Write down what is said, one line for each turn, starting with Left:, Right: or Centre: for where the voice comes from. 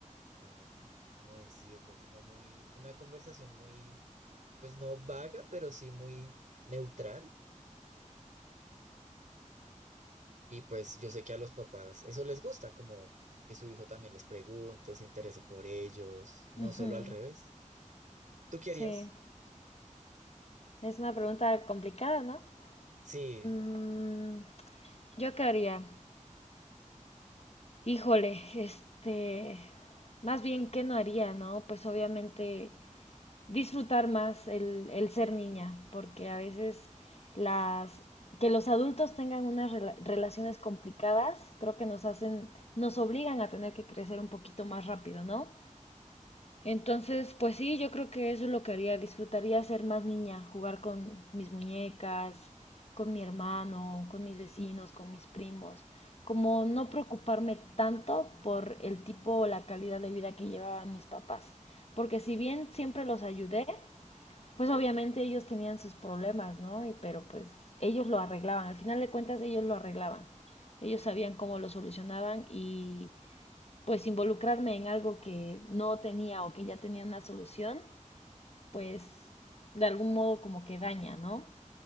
Right: am, ¿cómo decirlo? Como muy, una conversación muy, pues no vaga, pero sí muy neutral. Y pues yo sé que a los papás eso les gusta, como que su hijo también les pregunte, se interese por ellos, no
Left: Ujú,
Right: solo al revés. ¿Tú querías?
Left: Sí. Es una pregunta complicada, ¿no?
Right: Sí,
Left: Mm, ¿yo qué haría? Híjole, este, más bien, ¿qué no haría, no? Pues obviamente disfrutar más el, el ser niña, porque a veces las, que los adultos tengan unas rela- relaciones complicadas, creo que nos hacen, nos obligan a tener que crecer un poquito más rápido, ¿no? Entonces, pues sí, yo creo que eso es lo que haría. Disfrutaría ser más niña, jugar con mis muñecas, con mi hermano, con mis vecinos, con mis primos. Como no preocuparme tanto por el tipo o la calidad de vida que llevaban mis papás. Porque si bien siempre los ayudé, pues obviamente ellos tenían sus problemas, ¿no? Y, pero pues ellos lo arreglaban. Al final de cuentas, ellos lo arreglaban. Ellos sabían cómo lo solucionaban y pues involucrarme en algo que no tenía o que ya tenía una solución, pues de algún modo como que daña, ¿no?